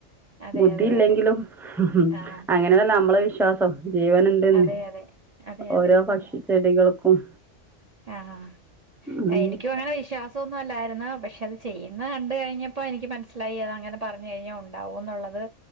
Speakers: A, on the right; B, in the centre.
A: അതെ
B: ബുദ്ധിയില്ലെങ്കിലുംഉം
A: അതെ അതെ
B: ഉം
A: ആഹ്
B: അങ്ങനതല്ല നമ്മളെ വിശ്വാസം ജീവന്ണ്ട്ന്ന്
A: അതെ അതെ അതെ അതെ
B: ഓരോ
A: അതെ
B: പക്ഷി ചെടികൾക്കും
A: ആഹ്
B: ഉം
A: ഹാ എനിക്ക് വാണ വിശ്വാ തുന്നുല്ലായിരുന്നു പക്ഷേ അത് ചെയ്യുന്നഹ് കണ്ട് കഴിഞ്ഞപ്പോ എനിക്ക് മനസ്സിലായി അത അങ്ങനെ പറഞ് കഴിഞ്ഞാ ഉണ്ടാവോന്നുള്ളത്.